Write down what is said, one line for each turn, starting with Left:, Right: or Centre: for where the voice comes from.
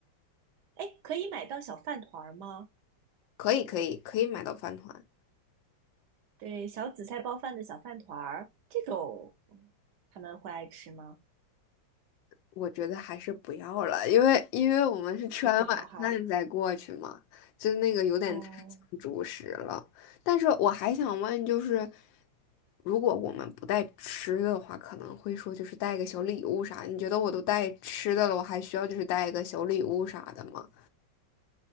Right: 哎，可以买到小饭团儿吗？
Left: 可以可以可以买到饭团。
Right: 对，小紫菜包饭的小饭团儿，这种他们会爱吃吗？
Left: 我觉得还是不要了，因为因为我们是吃完晚饭再过去嘛，
Right: 也不好哈。
Left: 就那个有点太像主食了。
Right: 哦，
Left: 但是我还想问，就是如果我们不带吃的话，可能会说就是带个小礼物啥？你觉得我都带吃的了，我还需要就是带一个小礼物啥的吗？